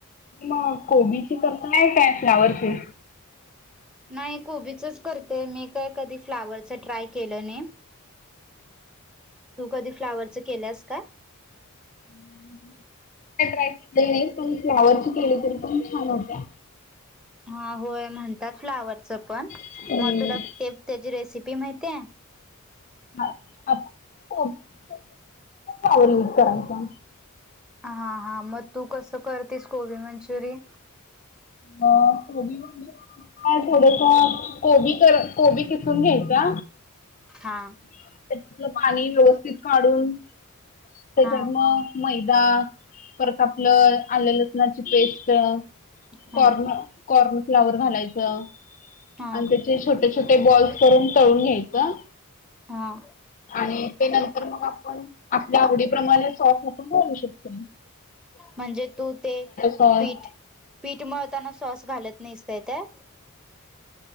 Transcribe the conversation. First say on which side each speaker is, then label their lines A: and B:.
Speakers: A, on the left; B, in the centre.
A: मग कोबीची करताय काय फ्लावरची?
B: नाही, कोबीचच करते मी काय कधी फ्लावरच ट्राय केलं नई. तू कधी फ्लावरच केल्यास काय?
A: <inaudible> मी काय ट्राय केली नाही. पण फ्लावरची केले तरी पण छान होत्या.
B: हा होय म्हणतात फ्लावरच पण,
A: हम्म.
B: मग तुला ते त्याची रेसिपी माहितीय?
A: <unintelligible> फ्लॉवर यूज करायचा.
B: हा हा, मग तू कसं करतीस कोबी मंचुरि?
A: कोबी म्हणजे काय थोडस कोबी कर कोबी किसून घ्यायचा.
B: हा
A: त्याच्यातलं पाणी व्यवस्थित काढून त्याच्यात
B: हा
A: मग मैदा दा परत आपलं आलं लसणाची पेस्ट
B: हा
A: कॉर्न कॉर्न फ्लावर घालायचं
B: हा
A: आणि त्याचे छोटे छोटे बॉल्स करून तळून घ्यायचं.
B: हा
A: आणि ते नंतर मग आपण आपल्या आवडीप्रमाणे सॉफ्ट करू शकतेय.
B: म्हणजे तू ते
A: सॉस
B: पीठ पीठ मळताना सॉस घालत नाहीस काय त्यात,